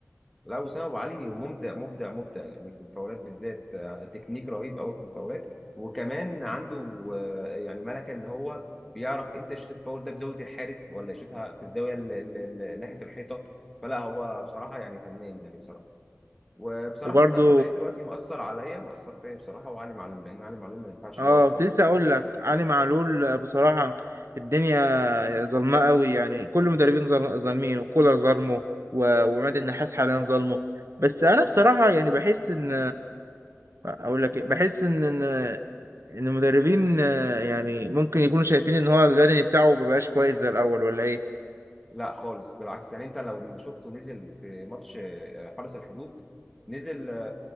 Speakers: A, in the centre; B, on the right (about 65°).
A: لا وسام ابو علي مبدع مبدع مبدع يعني في الفاولات بالذات آه، تكنيك رهيب قوي في الفاولات وكمان عنده آه، يعني ملكه ان هو بيعرف امتى يشوط الفاول ده بزاويه الحارس ولا يشوطها في الزاويه ال- ال- ال- ناحيه الحيطه فلا هو بصراحه يعني فنان يعني بصراحه وبصراحه
B: وبرضو
A: بس اكتر لعيب دلوقتي مأثر عليا مأثر فيا بصراحه وعلي معلول لان علي معلول ما ينفعش
B: اه
A: يقعد او
B: كنت لسه اقول لك علي معلول بصراحه الدنيا ظلمه قوي يعني كل المدربين ظل- ظالمين وكولر ظلمه و- وعماد النحاس حاليا ظلمه بس انا بصراحه يعني بحس ان اقول لك إيه، بحس ان ان إن المدربين آه، يعني ممكن يكونوا شايفين ان هو البدني بتاعه مبقاش كويس زي الاول ولا ايه
A: لا خالص بالعكس يعني انت لو ما شفته نزل في ماتش آه، حرس الحدود نزل آه،